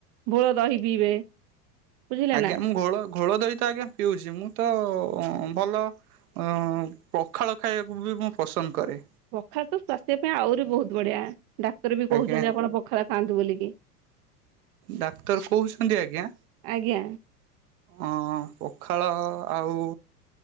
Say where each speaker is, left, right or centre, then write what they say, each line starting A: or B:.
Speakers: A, on the right (about 40°); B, on the right (about 60°).
A: ଘୋଳ ଦହି ପିଇବେ। ବୁଝିଲେ
B: ଆଜ୍ଞା
A: ନା
B: ମୁଁ ଘୋଳ ଘୋଳ ଦହି ତ ଆଜ୍ଞା ପିଉଛି ମୁଁ ତ ଅଁ ଭଲ ଅଁ ପଖାଳ ଖାଇବାକୁ ବି ମୁଁ ପସନ୍ଦ କରେ।
A: ପଖାଳ ତ ସ୍ଵାସ୍ଥ୍ୟ ପାଇଁ ଆହୁରି ବହୁତ ବଢିଆ ଡାକ୍ତର ବି
B: ଆଜ୍ଞା।
A: କହୁଛନ୍ତି ଆପଣ ପଖାଳ ଖାଆନ୍ତୁ ବୋଲିକି।
B: ଡାକ୍ତର କୋଉଛନ୍ତି ଆଜ୍ଞା?
A: ଆଜ୍ଞା
B: ଅଁ ପଖାଳ ଆଉ